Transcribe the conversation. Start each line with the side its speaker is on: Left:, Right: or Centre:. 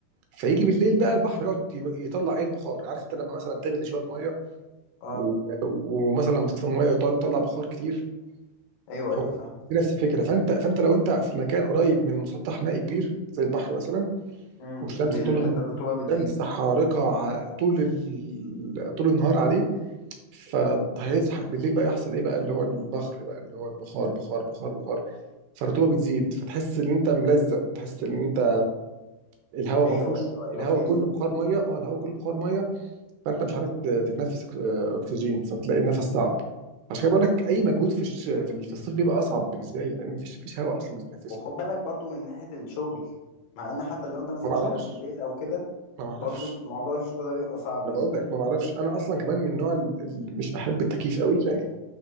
Right: فيجي بالليل بقى البحر يقعد يب- يطلع ايه البخار عارف انت لما مثلا تغلي شويه ميه
Left: اه
Right: و- ومثلا لما تطفي الميه وتقعد تطلع بخار كتير
Left: ايوه
Right: اهو
Left: ايوه فاهم
Right: دي نفس الفكره فانت فانت لو انت في مكان قريب من مسطح مائي كبير زي البحر مثلا
Left: امم
Right: والشمس طول ال-
Left: الرطوبه بتزيد
Right: الشمس حارقه ع- طول ال... طول النهار عليه فهيصحى بالليل بقى يحصل ايه بقى اللي هو البخر بقى اللي هو البخار بخار بخار بخار فالرطوبه بتزيد فتحس ان انت ملزق تحس ان انت الهواء
Left: ايوه
Right: ما فيهوش
Left: ايوه ايوه
Right: الهواء
Left: فهمتك
Right: كله بخار ميه اه الهواء كله بخار ميه فانت مش عارف ت- تتنفس أك- آه، اكسجين فبتلاقي النفس صعب عشان كده بقول لك اي مجهود في الش- في ال- في الصيف بيبقى اصعب بالنسبه لي لان مفيش مفيش هواء اصلا بتتنفسه
Left: وخد بالك برضو من ناحيه الشغل مع ان حتى لو انت مثلا
Right: ما بعرفش
Left: شغال في البيت او كده
Right: ما بعرفش
Left: برضو موضوع الشغل ده بيبقى صعب
Right: انا
Left: جدا
Right: بقول لك ما بعرفش انا اصلا كمان من نوع ال- ال- مش بحب التكييف قوي يعني